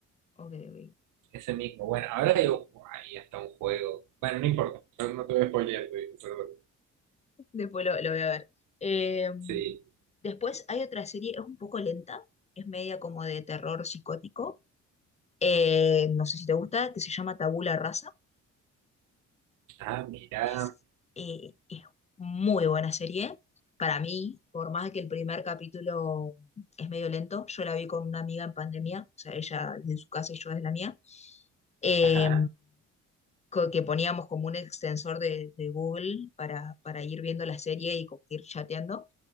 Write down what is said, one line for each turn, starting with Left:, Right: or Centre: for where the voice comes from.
Left: Ok, ok.
Right: ese mismo. Bueno, ahora digo, ahí está un juego. Bueno, no importa, no, no te voy a spoilear, te digo, perdón.
Left: Después lo, lo voy a ver. Eh,
Right: Sí.
Left: Después hay otra serie, es un poco lenta, es media como de terror psicótico, eh, no sé si te gusta, que se llama Tabula Rasa.
Right: Ah, mirá.
Left: Es, eh, es muy buena serie. Para mí, por más que el primer capítulo es medio lento, yo la vi con una amiga en pandemia, o sea, ella desde su casa y yo desde la mía. Eh,
Right: Ajá,
Left: co- que poníamos como un extensor de, de Google para, para ir viendo la serie y co- ir chateando.